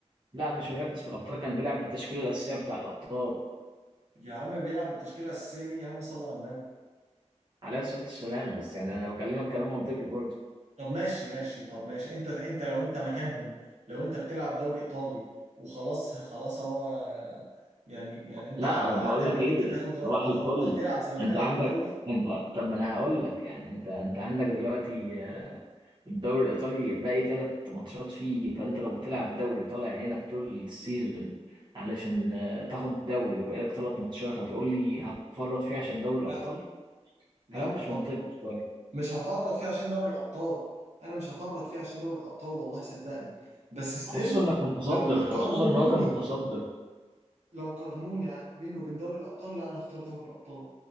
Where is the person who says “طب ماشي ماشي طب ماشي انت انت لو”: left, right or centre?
Right